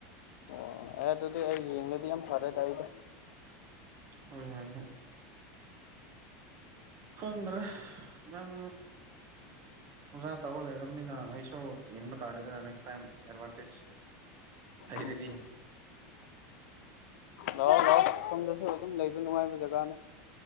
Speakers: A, on the left; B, on the right.
A: ꯑꯣ ꯑꯦ ꯑꯗꯨꯗꯤ ꯑꯩ ꯌꯦꯡꯉꯗꯤ ꯌꯥꯝ ꯐꯔꯦ ꯇ ꯑꯩꯗꯤ
B: ꯍꯣꯏ ꯍꯣꯏ ꯍꯣꯏ ꯈꯪꯗ꯭ꯔꯥ ꯅꯪ ꯑꯣꯖꯥ ꯇꯥꯔ ꯂꯩꯔꯕꯅꯤꯅ ꯑꯩꯁꯨ ꯌꯦꯡꯕ ꯇꯥꯔꯦꯗꯅ ꯅꯦꯛꯁ ꯇꯥꯏꯝ ꯑꯦꯗꯚꯥꯟꯇꯦꯖ ꯐꯩꯗꯗꯤ
A: ꯎꯝ ꯂꯥꯛꯑꯣ ꯂꯥꯛꯑꯣ ꯁꯣꯝꯗꯁꯨ ꯑꯗꯨꯝ ꯂꯩꯕ ꯅꯨꯡꯉꯥꯏꯕ ꯖꯒꯥꯅꯦ